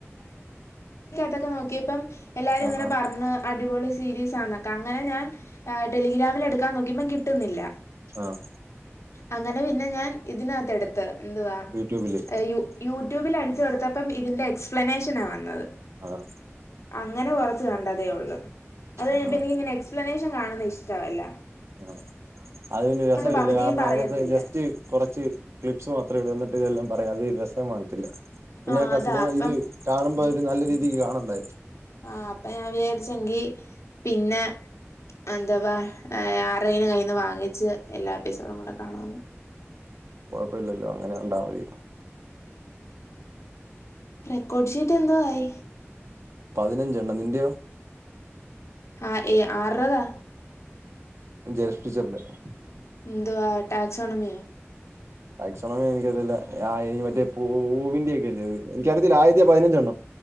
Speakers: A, on the left; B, on the right.
A: തൊക്കെ നോക്കിയപ്പം എല്ലാരും
B: ആഹ്
A: ഇങ്ങനെ
B: ആഹ്
A: പറഞ്ഞ് അടിപൊളി സീരീസ് ആന്നൊക്കെ അങ്ങനെ ഞാൻ ടെലിഗ്രാമിൽ എടുക്കാൻ നോക്കിയപ്പം കിട്ടുന്നില്ല
B: ആഹ
A: അങ്ങനെ പിന്നെ ഞാൻ ഇതിനകത്ത് എടുത്ത് എന്തുവാ
B: യൂട്യൂബില്
A: യൂ യൂട്യൂബിൽ അടി കൊടുത്തപ്പം ഇതിന്റെ എക്സ്പ്ലനേഷനാ വന്നത്
B: ആഹ
A: അങ്ങനെ കൊറച്ച് കണ്ടതേ ഉള്ളു അത് കഴിഞ്ഞപ്പോ
B: ആഹ് ആഹ്
A: എനിക്ക് ഇങ്ങനെ എസ്പ്ലനേഷൻ കാണുന്നത് ഇഷ്ടമല്ല
B: ആഹ അത് രസമി
A: പകുതിയും
B: കാരണം
A: പറയത്തില്ല
B: അതിനകത്ത് ജസ്റ്റ് കുറച്ച് ക്ലിപ്സ് മാത്രമേ ഇടൂള്ളൂ <unintelligible> അത് രസ്യം കാണത്തില്ല പിന്നെക്കാ
A: ആഹ് അതാ
B: സിനിമ
A: അപ്പം
B: ഇത് കാണുമ്പോ ഒരു നല്ലൊരു കാണണ്ടായോ
A: ആഹ അപ്പൊ ഞാൻ വിചാരിച്ചെങ്കി പിന്നെ എന്താവാ ആരെറേ കയ്ന്ന് വാങ്ങിച്ച് എല്ലാ എപ്പിസോഡും കൂടെ കാണാന്ന്
B: ഇപ്പം അങ്ങനെ കണ്ടാ മതി
A: റെക്കോർഡ്ഷീറ്റ് എന്തോ ആയി
B: പതിനഞ്ചെണ്ണം നിന്റെയോ
A: ആഹ ആര്ർതാ
B: <unintelligible>
A: എന്തുവാ ടാക്സോണമിയോ
B: ടാക്സോണമി എനിക്കതില്ല മറ്റേ പൂവിന്റെ ഒക്കെയില്ലേ എനിക്കറിയത്തില്ല ആദ്യത്തെ പതിനഞ്ചെണ്ണം